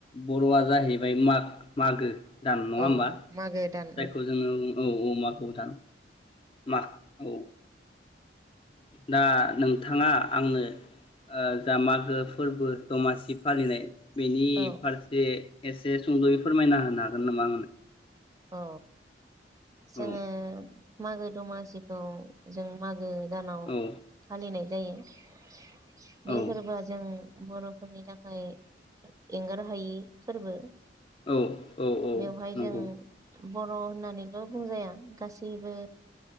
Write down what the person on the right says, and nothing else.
औ
मागो दान
औ
औ जोङो
मागो दमासिखौ जों मागो दानाव
फालिनाय जायो
बे फोरबोआ जों बर'फोरनि थाखाय एंगार हायि फोरबो
बेवहाय
जों बर' होननानैल' बुंजाया गासैबो